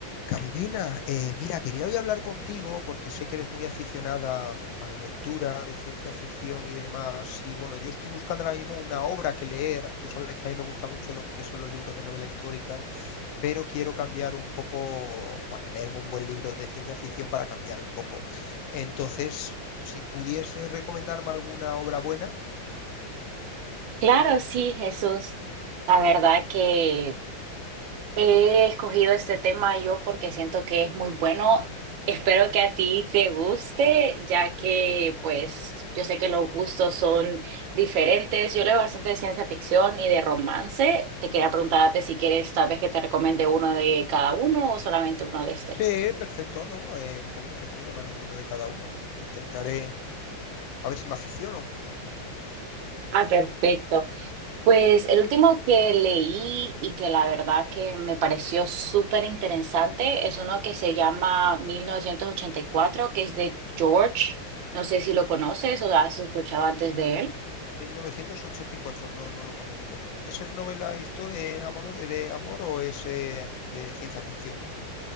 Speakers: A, on the left; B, on the right.
A: Carlina, eh, mira, quería hoy hablar contigo porque sé que eres muy aficionada a la lectura de ciencia ficción y demás. Y bueno, yo estoy buscando ahora mismo una obra que leer. Tú sabes que a mí me gusta mucho lo que son los libros de novela histórica, pero quiero cambiar un poco, bueno, leerme un buen libro de ciencia ficción para cambiar un poco. Entonces, si pudiese recomendarme alguna obra buena,
B: Claro, sí, Jesús. La verdad que he escogido este tema yo porque siento que es muy bueno. Espero que a ti te guste, ya que pues yo sé que los gustos son diferentes. Yo leo bastante de ciencia ficción y de romance. Te quería preguntarte si quieres tal vez que te recomiende uno de cada uno o solamente uno de este.
A: sí, perfecto, ¿no? Eh, com- recomiéndame alguno de cada uno. Intentaré a ver si me aficiono.
B: Ah, perfecto. Pues el último que leí y que la verdad que me pareció súper interesante es uno que se llama mil novecientos ochenta y cuatro que es de George. No sé si lo conoces o has escuchado antes de él.
A: 1984, no, no lo conozco. ¿Ese es novela historia eh, amor, eh, de amor o es eh, de ciencia ficción?